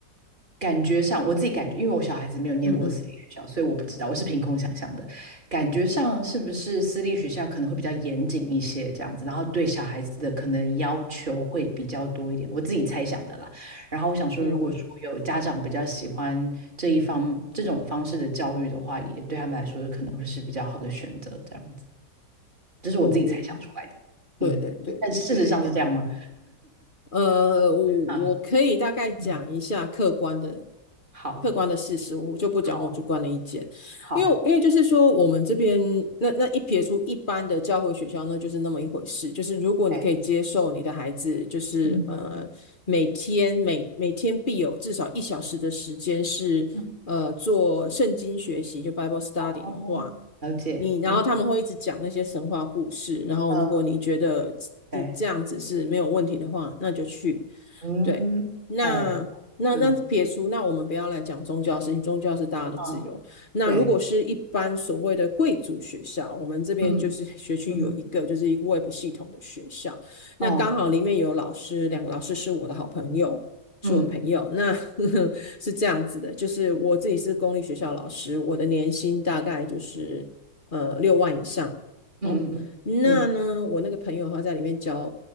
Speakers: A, on the right (about 25°); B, on the left (about 35°).
A: 感觉上我自己感觉，因为我小孩子没有念过私立学校，
B: 嗯嗯
A: 所以我不知道，我是凭空想象的。感觉上是不是私立学校可能会比较严谨一些这样子，然后对小孩子的可能要求会比较多一点，我自己猜想的啦。然后我想说，
B: 嗯，
A: 如果说有家长比较喜欢这一方这种方式的教育的话，也对他们来说可能会是比较好的选择。这样子，这是我自己猜想出来的。
B: 哦，对对对对对。
A: 嗯，但事实上是这样吗？
B: 呃，我
A: 啊，
B: 我可以大概讲一下客观的
A: 嗯，好，
B: 客观的事实，我就不讲我主观的意见，
A: 好，好，
B: 因为因为就是说我们这边那那一撇出一般的教会学校，那就是那么一回事，就是如果你可以接受你的孩子，
A: 对，
B: 就是呃每天每每天必有至少一小时的时间是呃做圣经学习，
A: 嗯嗯，
B: 就 Bible study
A: 哦，
B: 的话。
A: 了解，
B: 你，然后他们会一直讲那些神话故事，
A: 嗯
B: 然后如果你觉得你这样子是没有问题的话，
A: 嗯，对，
B: 那就去。
A: 嗯，
B: 对，那那那撇除，
A: 哦，嗯
B: 那我们不要来讲宗教的事情，宗教是大家的自由。
A: 嗯，
B: 那如果是一般所谓的贵族学校，
A: 对，
B: 我们这边就是
A: 嗯
B: <laughs> 学区有一个就是一个
A: 嗯，
B: Web 系统的学校，
A: 哦，
B: 那刚好里面有老师，两个老师是我的好朋友。
A: 嗯
B: 是我朋友，那呵呵 <laughs> 是这样子的，就是我自己是公立学校老师，我的年薪大概就是呃六万以上哦。
A: 嗯嗯嗯
B: 那呢，我那个朋友他在里面教